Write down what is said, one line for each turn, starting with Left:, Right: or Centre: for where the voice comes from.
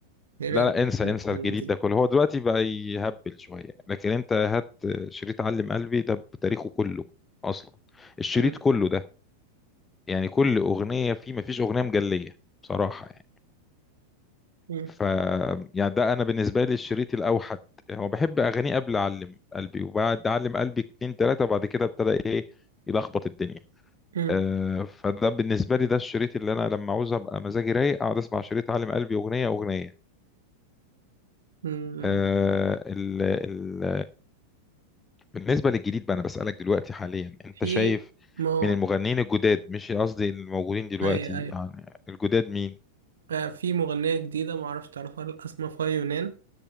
Right: غير
Left: لا
Right: الأغنية
Left: لا انسى
Right: التانية
Left: انسى الجديد
Right: دي
Left: ده كله هو دلوقتي بقى يهبل شوية لكن انت هات شريط علم قلبي ده بتاريخه كله اصلا الشريط
Right: <laughs>
Left: كله ده يعني كل اغنية فيه ما فيش اغنية مجلية بصراحة يعني
Right: مم. مم.
Left: ف يعني ده انا بالنسبة لي الشريط الاوحد هو بحب اغانيه قبل علم قلبي وبعد علم قلبي اتنين تلاتة وبعد كده ابتدى ايه يلخبط الدنيا
Right: مم.
Left: آه، فده بالنسبة لي ده الشريط اللي انا لما عاوز ابقى مزاجي رايق اقعد اسمع شريط علم قلبي اغنية اغنية
Right: مم.
Left: آه، ال ال بالنسبة للجديد بقى أنا بسألك دلوقتي حاليا أنت
Right: في
Left: شايف
Right: ما
Left: من المغنيين الجداد مش قصدي الموجودين دلوقتي
Right: أي أي
Left: يعني الجداد مين؟
Right: آه، في مغنية جديدة معرفش تعرفها ولا لأ، اسمها فاي يونان